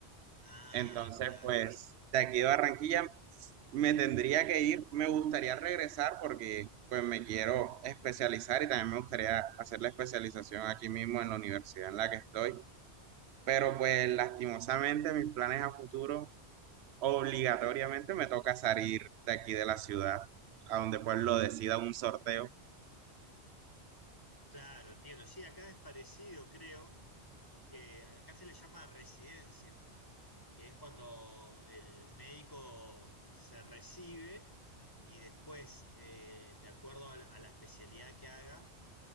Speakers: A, on the left; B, on the right.
A: Ah,
B: Entonces,
A: claro.
B: pues de aquí de Barranquilla me tendría que ir, me gustaría regresar porque pues me quiero especializar y también me gustaría hacer la especialización aquí mismo en la universidad en la que estoy. Pero pues lastimosamente mis planes a futuro obligatoriamente me toca salir de aquí de la ciudad, a donde pues lo decida un sorteo.
A: Claro, entiendo. Sí, acá es parecido, creo, que acá se le llama residencia, que es cuando el médico se recibe y después, eh, de acuerdo a la, a la especialidad que haga,